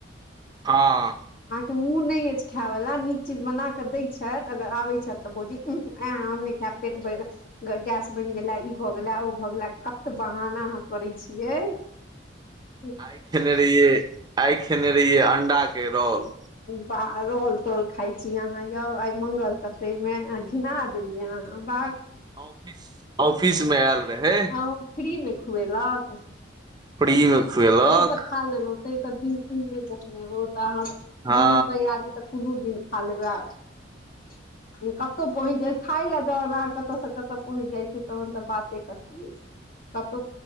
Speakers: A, on the right (about 20°); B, on the left (about 45°).
A: हँ
B: के मुंह नै अछि खाय वला नीक चीज बना के दैय छै अगर आबे छथि तऽ भौजी इह एह हम नहि खाय पेट बैइर गैस बनि गेला ई भए गेला ओ भऽ गेला खब त बहाना अहाँ करै छियै <inaudible>
A: आइ खेने रहिये आइ खेने रहियै अंडा के रोल
B: बा रोल तोल खाय छीय अहाँ यौ आइ मंगल क्ते मे घिना देलियै ह बाह
A: ऑफिस ऑफिस मे आयल रहै
B: ह ओ फ्री मे खुएलक तै
A: फ्री मे खुएलक
B: तऽ खा लेलै तेय त दिन तिन नइ देखने होब त अहाँ
A: हँ
B: दुनू भयारी तऽ कोनो दिन खालेबै आओर कतहु पहुँच जाइ छै खाय लए ज बाहर कतय से कतऽ पहुँच जाइ छै तहन तऽ बाते कथि कतहु